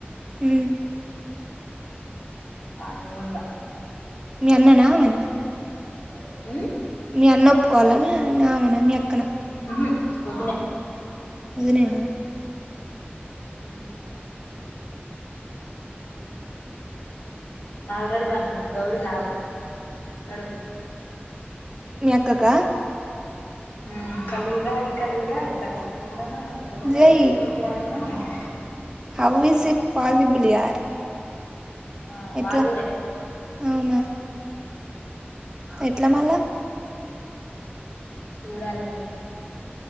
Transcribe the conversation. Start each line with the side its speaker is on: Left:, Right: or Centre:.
Right: ఉమ్
Left: అడేముందో
Right: మీ అన్ననా ఆమెనా
Left: ఉహూమ్
Right: మీ అన్న ఒప్పుకోవాలా మీ ఆమన మీ అక్కన
Left: ఉహు వదినే
Right: వదినేనా
Left: ఉమ్ ఆల్రెడీ వన్ గౌడ్ <unintelligible> హావ్ ఉన్నడు.
Right: మీ అక్కకా
Left: హ్మ్మ్ కల్లుతాగి కళ్ళుతాగి కలుసుకుందామా వాగాల
Right: జై
Left: మారి వయ్యారి <unintelligible>
Right: హావ్ ఇస్ ఇట్ పాజిబుల్ యార్
Left: ఆ
Right: ఎట్లా
Left: వాళ్ళూరే
Right: అవునా ఎట్లా మల్ల
Left: సుదలిగా